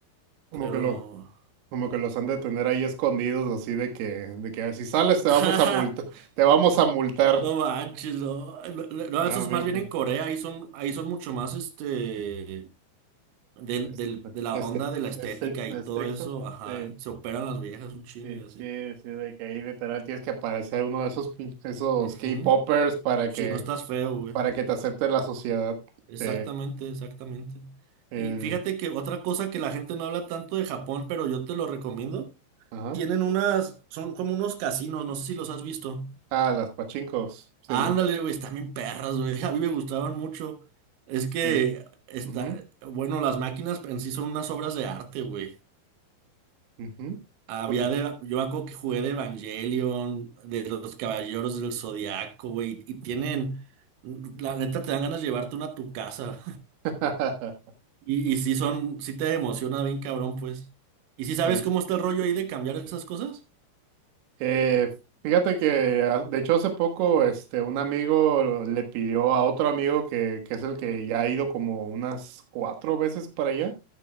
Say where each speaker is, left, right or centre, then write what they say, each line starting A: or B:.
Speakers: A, on the right; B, on the right.
A: como
B: Pero...
A: que lo, como que los han de tener ahí escondidos, así de que, de que "Ah, si sales
B: <laughs>
A: te
B: eh,
A: vamos a multar, te vamos a multar.
B: No manches, no. eh, No, no, no,
A: Ah,
B: eso es
A: fíjate,
B: más bien en Corea, ahí son, ahí son mucho más este... Del,
A: este,
B: del- de la
A: este,
B: onda
A: este,
B: de la estética
A: estricto,
B: y
A: estricto.
B: todo eso, ajá.
A: Sí.
B: Se operan las viejas un chingo
A: Sí,
B: y así.
A: sí, sí, de que ahí literal tienes que aparecer uno de esos, pin- esos
B: Ujú.
A: K-popers para
B: Si
A: que,
B: no estás feo, güey.
A: para que te acepte la sociedad.
B: Exactamente,
A: Sí,
B: exactamente.
A: eh,
B: Y fíjate que otra cosa que la gente no habla tanto de Japón, pero yo te lo recomiendo.
A: ajá.
B: Tienen unas, son como unos casinos, no sé si los has visto.
A: Ah, las pachincos. Sí,
B: Ándale,
A: sí, sí.
B: güey, están bien perras, güey. <laughs> A mí me gustaban mucho. Es que
A: Eh,
B: está,
A: ujú,
B: bueno, las máquinas en sí son unas obras de arte, güey.
A: ujú.
B: Había
A: ¿Por qué?
B: de, yo me acuerdo que jugué de Evangelion, de los Caballeros del Zodiaco, güey, y tienen, la neta te dan ganas de llevarte una a tu casa.
A: <laughs>
B: Y, y sí son, sí te emociona bien cabrón, pues. ¿Y si sabes
A: Sí.
B: cómo está el rollo ahí de cambiar esas cosas?
A: Eh, fíjate que, ah, de hecho, hace poco, este, un amigo le pidió a otro amigo que, que es el que ya ha ido como unas cuatro veces para allá.